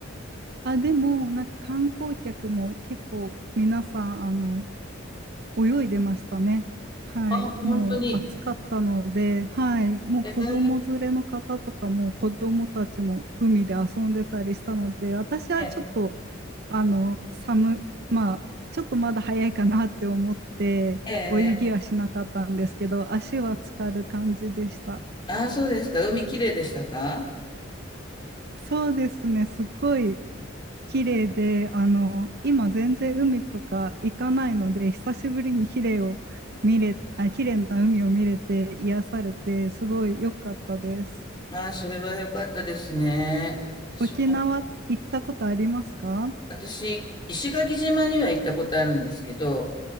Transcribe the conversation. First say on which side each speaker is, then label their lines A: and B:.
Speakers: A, on the right; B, on the left.
A: あ、でも、なんか観光客も結構皆さん、あの、泳いでましたね。はい。
B: ああ、本当に。
A: もう暑かったので、はい。もう子供連れの方とかも子供たちも海で遊んでたりしたので、
B: え
A: 私はちょっと、
B: え、
A: あの、寒、まあ、ちょっとまだ早いかなって思って、
B: ええ。
A: 泳ぎはしなかったんですけど、足は浸かる感じでした。
B: ああ、そうですか。海きれいでしたか
A: そうですね。すごい綺麗で、あの、今全然海とか行かないので、久しぶりに綺麗を見れ、あ、綺麗な海を見れて癒されて、すごい良かったです。
B: ああ、それは良かったですね。私も、
A: 沖縄行ったことありますか
B: 私、石垣島には行ったことあるんですけど、